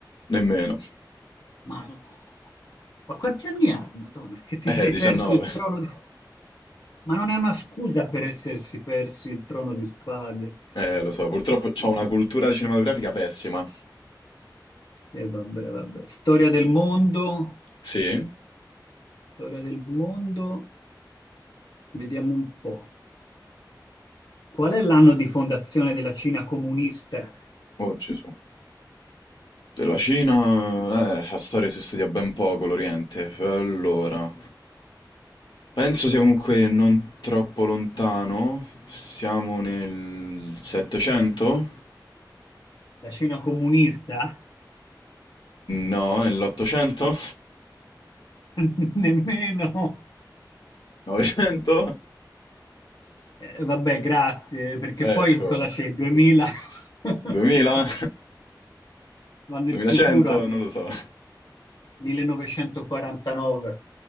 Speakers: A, on the left; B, on the left.
A: Nemmeno.
B: Ma no, ma quanti anni ha, Madonna, che ti sei
A: Eh, 19.
B: perso il Trono di... Ma non è una scusa per essersi persi il Trono di Spade.
A: Eh, lo so, purtroppo ho
B: Un
A: una cultura
B: po'.
A: cinematografica pessima.
B: E vabbè, vabbè. Storia del mondo,
A: Sì?
B: storia del mondo, vediamo un po'. Qual è l'anno di fondazione della Cina comunista?
A: Oh, Gesù. Della Cina, eh, la storia si studia ben poco, l'Oriente. Allora, penso sia comunque non troppo lontano. Siamo nel 700?
B: La Cina comunista?
A: No, nell'800?
B: <laughs> Nemmeno.
A: 900?
B: Eh, vabbè, grazie, perché
A: <laughs> Ecco.
B: poi cosa c'è? 2000? <laughs>
A: 2000?
B: Non so. Va nel
A: 2100?
B: futuro allora,
A: <laughs> Non lo so.
B: 1949.